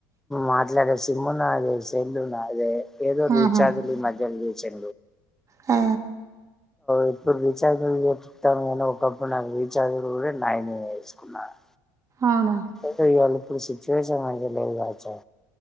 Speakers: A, in the centre; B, on the right.
A: మాట్లాడ సిమ్ము నదే సేల్ నదే ఏదో ఒకటి
B: ఆహా
A: రీచార్జ్లీ మధ్యాయలో చె
B: ఆ
A: ఇప్పుడు రీఛార్జ్తాను కానీ ఒకప్పుడు నాకు రీఛార్జ్ కూడా నైనే వేసుకున్నాను
B: అవునా
A: సయి గల్ ఇప్పుడు సిట్యుయేషన్ నాకు తెలీదు కదాఅచ్చం